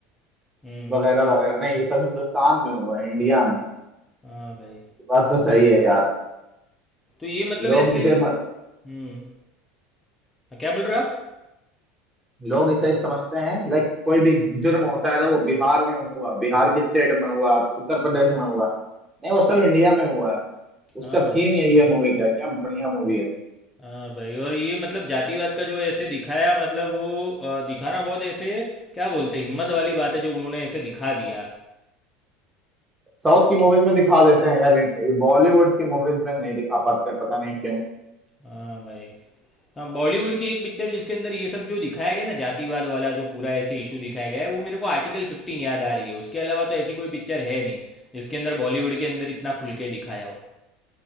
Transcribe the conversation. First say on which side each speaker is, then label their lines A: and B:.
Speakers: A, on the left (about 15°); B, on the right (about 15°).
A: हम्म
B: वगैरह वगैरह नहीं ये सब हिंदुस्तान में हुआ है इंडिया में
A: हाँ भाई
B: बात तो सही है यार
A: तो ये मतलब
B: लोग
A: ऐसे
B: इसे
A: हम्म हाँ, क्या बोल रहे हो आप
B: लोग इसे समझते हैं लाइक कोई भी जुर्म होता है तो वो बिहार में हुआ बिहार की स्टेट में हुआ उत्तर प्रदेश में हुआ नहीं वो सब इंडिया में हुआ है उसका
A: हाँ
B: थीम
A: भाई
B: यही है मूवी का क्या बढ़िया मूवी है
A: हाँ भाई और ये मतलब जातिवाद का जो ऐसे दिखाया मतलब वो अ, दिखाना बहुत ऐसे क्या बोलते हैं हिम्मत वाली बात है जो उन्होंने ऐसे दिखा दिया
B: साउथ की मूवीज में दिखा देते हैं यार बॉलीवुड की मूवीज में नहीं दिखा पाते पता नहीं क्यों
A: हाँ भाई हाँ बॉलीवुड की एक पिक्चर जिसके अंदर ये सब जो दिखाया गया ना जातिवाद वाला जो पूरा ऐसे इशू दिखाया गया है वो मेरे को आर्टिकल फिफ्टीन याद आ रही है उसके अलावा तो ऐसी कोई पिक्चर है नहीं जिसके अंदर बॉलीवुड के अंदर इतना खुल के दिखाया हो